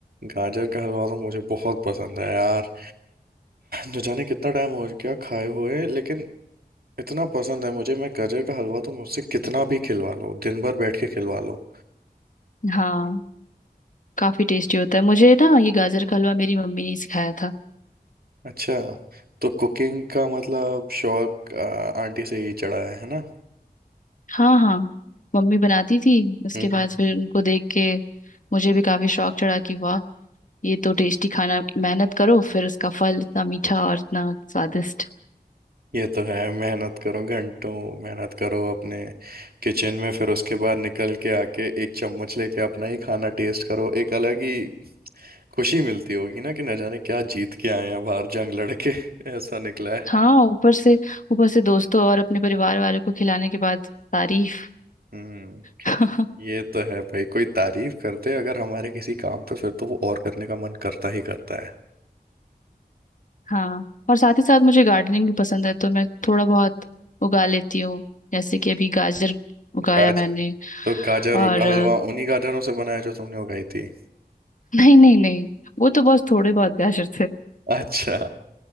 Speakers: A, on the right; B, on the left.
A: गाजर का हलवा तो मुझे बहुत पसंद है यार न जाने कितना टाइम हो गया खाए हुए लेकिन इतना पसंद है मुझे मैं गाजर का हलवा तो मुझसे कितना भी खिलवा लो दिन भर बैठ के खिलवा लो
B: हाँ काफी टेस्टी होता है मुझे ना ये गाजर का हलवा मेरी मम्मी ने सिखाया था
A: अच्छा तो कुकिंग का मतलब शौक आ, आंटी से ही चढ़ा है है ना
B: हाँ हाँ मम्मी बनाती थी उसके
A: हम्म
B: बाद
A: हम्म।
B: फिर उनको देख के मुझे भी काफी शौक चढ़ा कि वाह ये तो टेस्टी खाना मेहनत करो फिर उसका फल इतना मीठा और इतना स्वादिष्ट
A: ये तो है मेहनत करो घंटों मेहनत करो अपने किचन में फिर उसके बाद निकल के आके एक चम्मच लेके अपना ही खाना टेस्ट करो एक अलग ही खुशी मिलती होगी ना कि न जाने क्या जीत के आए हैं बाहर जंग लड़के <laughs> ऐसा निकला है
B: हाँ ऊपर से ऊपर से दोस्तों और अपने परिवार वालों को खिलाने के बाद तारीफ
A: हम्म
B: <laughs>
A: ये तो है भाई कोई तारीफ करते अगर हमारे किसी काम पे फिर तो वो और करने का मन करता ही करता है
B: हाँ और साथ ही साथ मुझे गार्डनिंग भी पसंद है तो मैं थोड़ा बहुत उगा लेती हूँ जैसे कि अभी गाजर उगाया
A: गाज
B: मैंने
A: तो गाजर
B: और
A: का
B: <laughs> अ,
A: हलवा उन्हीं गाजरों से बनाया जो तुमने उगाई थी
B: नहीं नहीं नहीं वो तो बस थोड़े बहुत गाजर
A: अच्छा